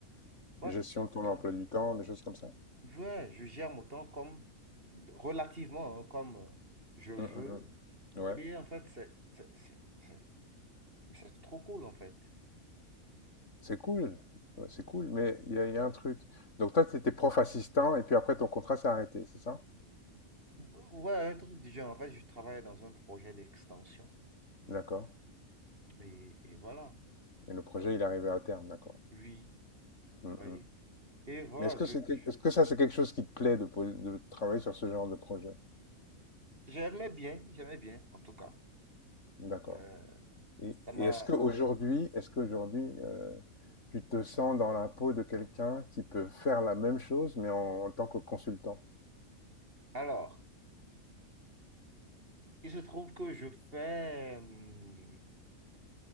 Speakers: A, on the right; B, on the left.
A: Ouais,
B: Gestion
A: c'est
B: de ton
A: carrément...
B: emploi du temps, des choses comme ça?
A: Ouais, je gère mon temps comme relativement hein, comme euh, je veux.
B: Mmh mh, mmh. mmh. Ouais.
A: Et en fait, c'est c'est- c'est- c'est- c'est trop cool en fait.
B: C'est cool. Ouais, c'est cool, mais il y a il y a un truc. Donc toi, tu étais prof assistant et puis après ton contrat s'est arrêté, c'est ça?
A: Ouais, un truc du genre. En fait, je travaille dans un projet d'extension.
B: D'accord
A: Et, et voilà.
B: et le projet, il est arrivé à terme, d'accord.
A: Oui,
B: Mmh
A: vous voyez.
B: mh.
A: Et voilà,
B: Mais est-ce que
A: je,
B: c'est quel-
A: je-
B: est-ce que ça c'est quelque chose qui te plaît de, poser- de travailler sur ce genre de projet?
A: j'aimais bien, j'aimais bien en tout cas.
B: D'accord.
A: Euh,
B: Et,
A: ça m'a...
B: et est-ce qu'aujourd'hui, est-ce qu'aujourd'hui, euh, tu te sens dans la peau de quelqu'un qui peut faire la même chose, mais en, en tant que consultant?
A: Alors, il se trouve que je fais, hum,